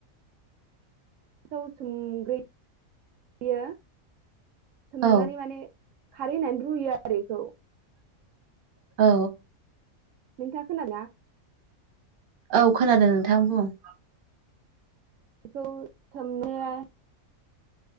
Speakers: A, on the right (about 70°); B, on the right (about 40°).
A: फ्राव सोमग्रोयो सोमनानै
B: औ
A: माने खारै होननानै रुयो आरो इखौ
B: औ
A: नोंथाङा खोदोंना
B: औ खोनादों नोंथां बुं
A: बेखौ सोमनाया